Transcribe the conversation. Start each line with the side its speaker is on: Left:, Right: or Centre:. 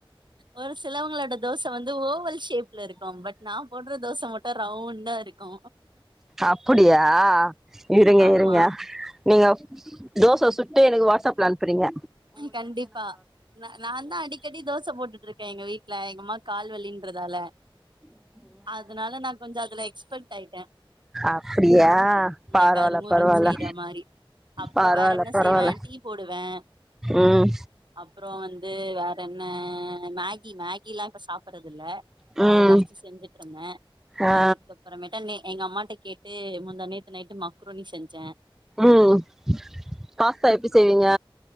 Right: ஒரு சிலவங்களோட தோச வந்து ஓவல் ஷேப் ல இருக்கு பட் நா போட்ற தோச மட்டு ரவுண்டா இருக்கு
Centre: அப்பிடியா இருங்க
Right: ஆமா
Centre: இருங்க நீங்க தோச சுட்டு எனக்கு வாட்ஸப்ல அனுப் பறீங்க
Right: கண்டிப்பா நா தா அடிக்கடி தோச போட்டுட்டுருக்கே எங்க வீட்ல எங்கம்மாக் கால்வலின்றதால அதனால நா கொஞ்சோ அதுல எக்ஸ்பெட் ஆய்ட்டே
Centre: அப்படியா
Right: இந்த
Centre: பரவால்ல
Right: கருமுருன்
Centre: பரவால்ல
Right: செய்ற மாரி அப்புறோ
Centre: பரவால்ல
Right: வேற என்ன
Centre: பரவால்ல
Right: செய்வே டீ போடுவே அ
Centre: ம்
Right: அப்புறோ வந்து வேற தென்ன மேகி மேகிலா இப்ப சாப்பறதில்ல
Centre: ம்
Right: அத ஃபஸ்ட்டு செஞ்சிட்டுருந்த
Centre: ஆ
Right: அதுக்கப்புறமேட்ட‌ நே எங்க அம்மாட்ட கேட்டு முந்தா நேத்து நைட்டு மக்ரூனி செஞ்ச
Centre: ம் பாஸ்தா எப்பிடி செய்வீங்க